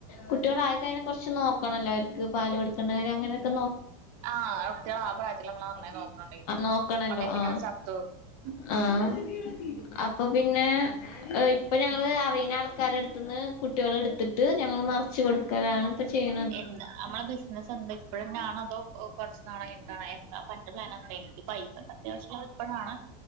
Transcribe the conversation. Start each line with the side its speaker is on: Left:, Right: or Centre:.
Left: കുട്ടികളായി കഴിഞ്ഞാ കുറച്ച് നോക്കണല്ലോ അവർക്ക് പാല് കൊടുക്കണ്ടേ അങ്ങനെയൊക്കെ നോ
Right: ആഹ് <unintelligible> നമ്മള് നന്നായി നോക്കണണ്ട്
Left: നോക്കണല്ലോ
Right: അല്ലെ പിന്നെ
Left: ആഹ്
Right: അവര് ചത്തു പോകും
Left: ആഹ് അപ്പൊ പിന്നെ ഇപ്പൊ ഞങ്ങള് അറിയുന്ന ആൾക്കാരടു ത്തുന്ന് കുട്ടികളെ എടുത്തിട്ട് ഞങ്ങൾ മറിച്ച് കൊടു ക്കലാണ് ഇപ്പ ചെയ്യ്
Right: എന്ത അമ്മളെ ബിസിനസ്സ് എന്താ ഇപ്പഴന്നെ ആണോ അതോ ഒ കൊറച്ച് നാളയിഞ്ഞിട്ടാണൊ എന്താ ഇപ്പ അന്റെ പ്ലാൻ എന്താ എനിക്ക് പൈസക്ക് അത്യാവശ്യള്ളത് ഇപ്പഴാണ്.